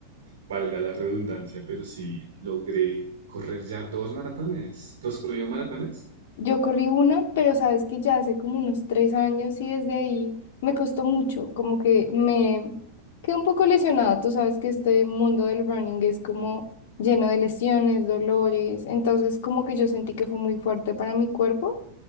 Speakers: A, on the right; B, on the left.
A: valga la redundancia, pero sí logré correr ya dos maratones, dos corridos maratones.
B: Yo corrí una, pero sabes que ya hace como unos tres años y desde ahí me costó mucho, como que me quedé un poco lesionada. Tú sabes que este mundo del running es como lleno de lesiones, dolores, entonces como que yo sentí que fue muy fuerte para mi cuerpo.